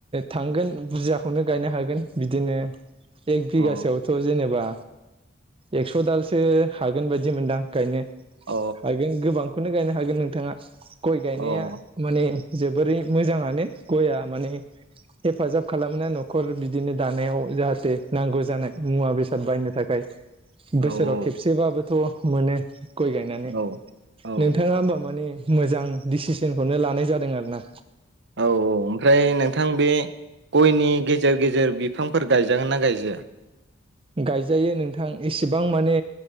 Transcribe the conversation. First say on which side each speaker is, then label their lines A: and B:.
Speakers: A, on the right; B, on the right.
A: थांगोन। बुरजाखौनो गायनो हागोन बिदिनो एक बिगासोआवथ'
B: अ
A: जेनेबा एक्स' दालसो हागोन बायदि मोनदां गायनो
B: अ
A: हागोन गोबां। बेखौनो गायनो हागोन नोंथाङा गय गायनाया
B: अ ओं
A: माने जोबोरै मोजाङानो। गया माने हेफाजाब खालामोना न'खर बिदिनो दानायाव जाहाथे नांगौ जानाय मुवा बेसाद बायनो थाखाय। बोसोराव
B: ओं
A: खेबसेबाबोथ' मोनो गय गायनानै
B: औ औ
A: नोंथाङा होमबा माने मोजां डिसिसनखौनो लानाय जादों आरोना।
B: औ औ ओमफ्राय नोंथां बे। गयनि गेजेर- गेजेर बिफांफोर गायजागोन ना गायजाया?
A: गायजायो नोंथां एसेबां माने